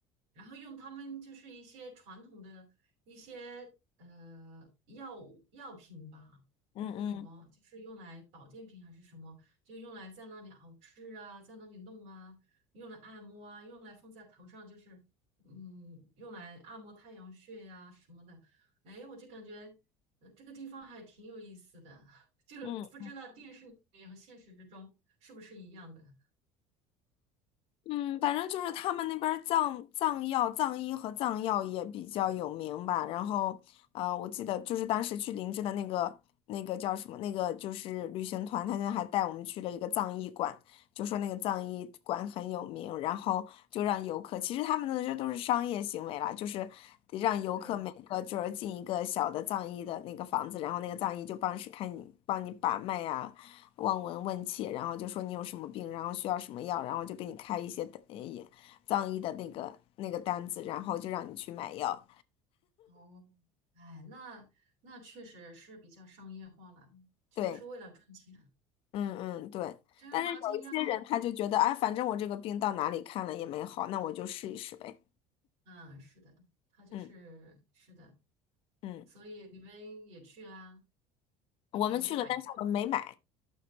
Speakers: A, on the right; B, on the left.
A: 然后用他们就是一些传统的一些呃药药品吧，
B: 嗯嗯
A: 还是什么，就是用来保健品还是什么，就用来在那里熬制啊，在那里弄啊，用来按摩啊，用来放在头上，就是嗯，用来按摩太阳穴呀、什么的。哎，我就感觉呃这个地方还挺有意思的，<laughs> 就是不知道电视里面和现实之中是不是一样的。
B: 嗯。嗯，反正就是他们那边儿藏藏药、藏医和藏药也比较有名吧。然后，呃，我记得就是当时去林芝的那个那个叫什么，那个就是旅行团，他就还带我们去了一个藏医馆，就说那个藏医馆很有名，然后就让游客，其实他们那这都是商业行为啦，就是得让游客每个就是进一个小的藏医的那个房子，
A: 对。
B: 然后那个藏医就帮是看你帮你把脉呀、望闻问切，然后就说你有什么病，然后需要什么药，然后就给你开一些呃也藏医的那个那个单子，然后就让你去买药。
A: 哦，哎，那那确实是比较商业化了，就是为了赚钱。
B: 对，嗯嗯对。
A: 正儿八经要，
B: 但是有一些人他就觉得，哎，反正我这个病到哪里看了也没好，那我就试一试呗。
A: 嗯，是的，他就是是的，
B: 嗯嗯，
A: 所以你们也去啊？
B: 我们去了，
A: 有没有买票？
B: 但是我们没买。